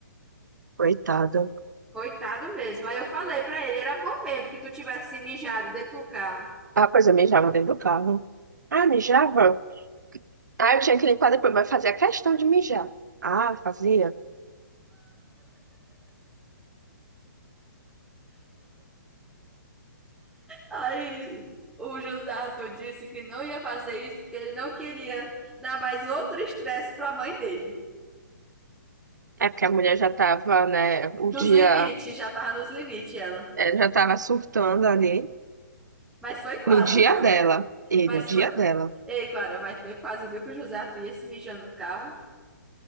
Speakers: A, on the right (about 65°); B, in the centre.
A: coitada.
B: Coitado mesmo. Aí eu falei para ele, era bom mesmo que tu tivesse se mijado dentro do carro.
A: Ah, pois eu mijava dentro do carro. Ah, mijava? Ah, eu tinha que limpar depois, mas fazia questão de mijar. Ah, fazia.
B: Aí o José Arthur disse que não ia fazer isso porque ele não queria dar mais outro estresse para a mãe dele.
A: É porque a mulher já tava, né, o
B: Nos
A: dia,
B: limites, já tava nos limites ela.
A: é, já tava surtando ali
B: Mas foi quase,
A: no dia
B: viu?
A: dela. E
B: Mas
A: no dia
B: foi.
A: dela,
B: Ei, Clara, mas foi quase, viu? Que o José Arthur ia se mijando no carro.